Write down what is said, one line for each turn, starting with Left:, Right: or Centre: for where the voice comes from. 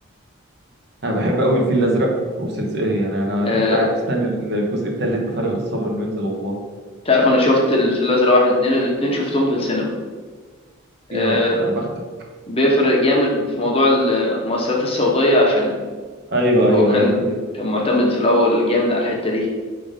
Right: انا بحب قوي الفيل الازرق وسلسله يعني انا
Left: آه
Right: قاعد مستني الجزء الثالث بفارغ الصبر انه ينزل والله
Left: تعرف انا شفت الفيل الازرق واحد واتنين الاتنين شفتهم في السينما آه
Right: يا الله يا بختك
Left: بيفرق جامد في موضوع المؤثرات الصوتيه عشان
Right: ايوه ايوه
Left: هو كان
Right: ايوه ايوه
Left: كان معتمد في الأول جامد على الحتة دي